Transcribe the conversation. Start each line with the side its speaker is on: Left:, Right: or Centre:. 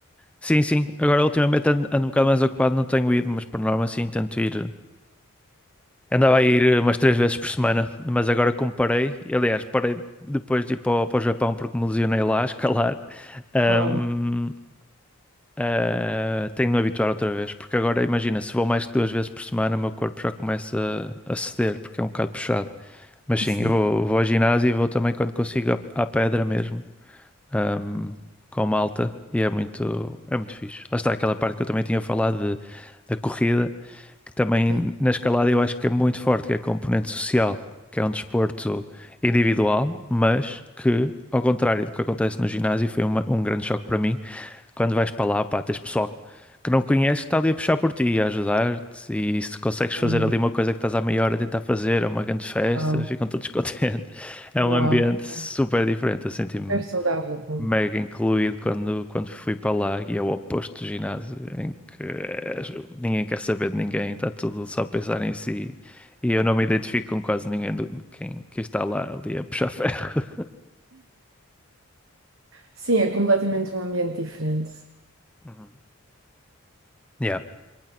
Centre: Sim, sim. Agora, ultimamente ando, ando um bocado mais ocupado, não tenho ido, mas por norma, sim, tento ir, Andava a ir umas três vezes por semana, mas agora como parei, e, aliás, parei depois de ir para o, para o Japão porque me lesionei lá a escalar. ahm,
Right: Oh,
Centre: ah, tenho de me habituar outra vez, porque agora imagina, se vou mais que duas vezes por semana, o meu corpo já começa a ceder, porque é um bocado puxado. Mas
Right: sim,
Centre: sim, eu vou, vou ao ginásio e vou também quando consigo à, à pedra mesmo, ahm, com malta, e é muito, é muito fixe. Lá está aquela parte que eu também tinha falado de, da corrida que também
Right: sim.
Centre: na escalada eu acho que é muito forte, que é a componente social, que é um desporto individual, mas que, ao contrário do que acontece no ginásio, foi uma- um grande choque para mim. Quando vais para lá, pá, tens pessoal que não conheces que está ali a puxar por ti, a ajudar-te, e se consegues
Right: Ah,
Centre: fazer ali uma coisa que estás há meia hora a tentar fazer, é uma grande festa,
Right: uau,
Centre: ficam todos <laughs> contentes. É
Right: uau,
Centre: um ambiente
Right: sim.
Centre: super diferente, eu senti
Right: É saudável também.
Centre: mega incluído quando, quando fui para lá e é o oposto do ginásio, em que eh, ninguém quer saber de ninguém, está tudo só a pensar em si. E eu não me identifico com quase ninguém do, quem, quem está lá ali a puxar <laughs> ferro.
Right: Sim, é completamente um ambiente diferente.
Centre: Uhum. Yeah.